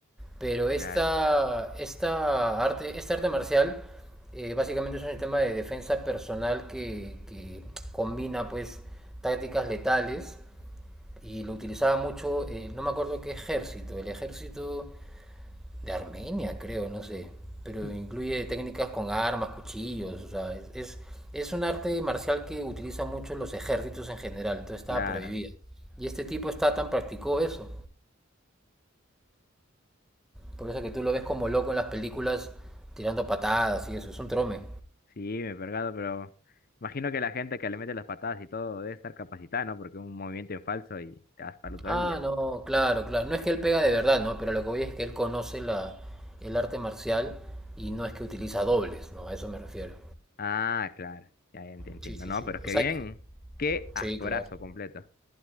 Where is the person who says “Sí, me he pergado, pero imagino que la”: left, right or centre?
Left